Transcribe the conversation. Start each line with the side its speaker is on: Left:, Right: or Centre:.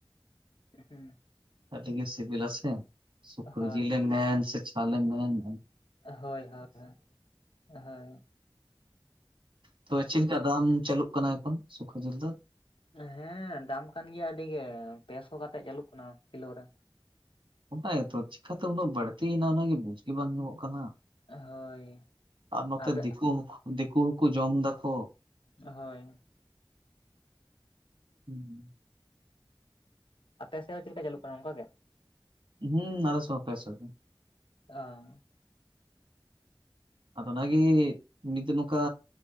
Left: ᱩᱸ ᱦᱩᱸ ᱾
Right: ᱟᱹᱰᱤ ᱜᱮ ᱥᱤᱵᱤᱞᱼᱟ ᱥᱮ ᱥᱩᱠᱨᱤ
Left: ᱦᱳᱭ
Right: ᱡᱤᱞ ᱮᱢ ᱢᱮᱱ ᱥᱮ ᱪᱷᱟᱞ ᱮᱢ ᱢᱮᱱ ᱼᱼ
Left: ᱦᱳᱭ ᱻᱦᱳᱭ ᱻᱦᱳᱭᱼᱼ
Right: ᱛᱚ ᱪᱮᱫ ᱞᱮᱠᱟ ᱫᱟᱢ ᱪᱟᱹᱞᱩᱜ ᱠᱟᱱᱟ ᱮᱠᱷᱚᱱ ᱥᱩᱠᱨᱤ ᱡᱤᱞ ᱫᱚ?
Left: ᱦᱮᱸ ᱫᱟᱢ ᱠᱟᱱ ᱜᱮᱭᱟ ᱟᱹᱰᱤ ᱜᱮ ᱯᱮ ᱥᱚ ᱠᱟᱛᱮᱜ ᱪᱟᱹᱞᱩᱜ ᱠᱟᱱᱟ ᱠᱤᱞᱳ ᱨᱮ ᱾
Right: ᱚᱱᱟᱜᱮᱛᱚ ᱪᱤᱠᱟᱛᱮ ᱩᱱᱟᱹᱜ ᱵᱟᱹᱲᱛᱤᱭᱮᱱᱟ ᱚᱱᱟᱜᱮ ᱵᱩᱡ ᱜᱮ ᱵᱟᱝ ᱧᱟᱢᱚᱜ ᱠᱟᱱᱟ ᱾
Left: ᱦᱳᱭ,
Right: ᱟᱨ ᱢᱚᱛᱮ
Left: ᱟᱯᱮ
Right: ᱫᱤᱠᱩ ᱫᱤᱠᱩ ᱦᱚᱠᱩ ᱡᱚᱢ ᱫᱟᱠᱚᱼᱼ
Left: ᱦᱳᱭ,
Right: ᱦᱩᱸ ᱾
Left: ᱟᱯᱮ ᱥᱮᱫ ᱦᱚᱸ ᱪᱮᱫ ᱞᱮᱠᱟ ᱪᱟᱹᱞᱩᱜ ᱠᱟᱱᱟ ᱚᱱᱠᱟ ᱜᱮ?
Right: ᱦᱩᱸ ᱟᱞᱮ ᱥᱮ ᱦᱚᱸ ᱯᱮ ᱥᱚᱜᱮ ᱾
Left: ᱟᱻ ᱾
Right: ᱟᱫᱚ ᱚᱱᱟ ᱜᱤ ᱢᱤᱫᱫᱤᱱ ᱱᱚᱝᱠᱟ